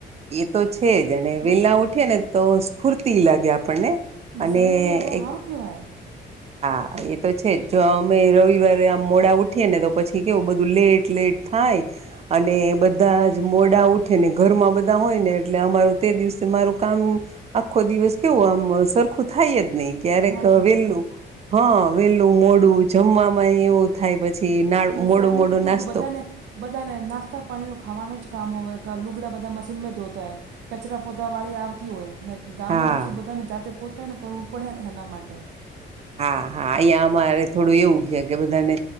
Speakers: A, on the right; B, on the right.
A: એ તો છે જ અને
B: ને
A: વેલા ઉઠી ને તો સ્ફૂર્તિ લાગે આપણને
B: ને
A: અને
B: શરીર બી આપણું
A: એક
B: હારું કેહેવાય
A: હા એ તો છે જો અમે રવિવારે આમ મોડા ઉઠીએ ને તો પછી કેવું બધું લેટ લેટ થાય અને બધા જ મોડા ઉઠે ને ઘરમાં બધા હોય ને એટલે અમારું તે દિવસે મારું કામ આખો દિવસ કેવો આમ સરખું થાય જ નહી ક્યારેક
B: હાચી
A: વેલું
B: વાત.
A: હા વેલું મોડું જમવામાંય એવું થાય પછી
B: ના
A: મોડો
B: શહેર
A: મોડો
B: મે કથું
A: નાસ્તો
B: બધા ને બધાને નાસ્તા પાણીનો ખાવાનું જ કામ હોય લુગડા બધા મશીનમાં ધોતા હોય કચરા પોતા વાળી આવતી હોય ને ગામે
A: હા
B: તો શું બધાને જાતે પોતે ને કરવું પડે ને એના માટે.
A: હા હા અહીં અમારે થોડું એવું છે કે બધાને